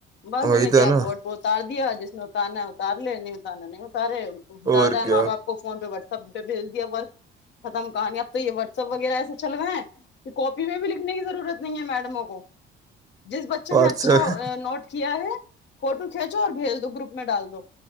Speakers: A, on the right; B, on the left.
A: کو
B: بس
A: وہی
B: انہیں کیا
A: تو
B: ہے
A: نا
B: بورٹ پ کو اتار دیا جس نے اتارنا ہے اتار لے نہیں اتارنا نہیں اتارے زیادہ
A: اور
B: ہے
A: کیا
B: ماں باپ کو فون پہ واٹسپ پہ بھیج دیا ورک ختم کہایا اب تو یہ واٹسپ وغیرہ ایے چل گئے کہ کاپی میں بھی لکھنے کی ضرورت نہیں ہے میڈموں کو جس بچے
A: واٹسپ
B: نے اچھا نوٹ کیا ہے فوٹو کھینچو اور بھیج دو گروپ میں ڈال دو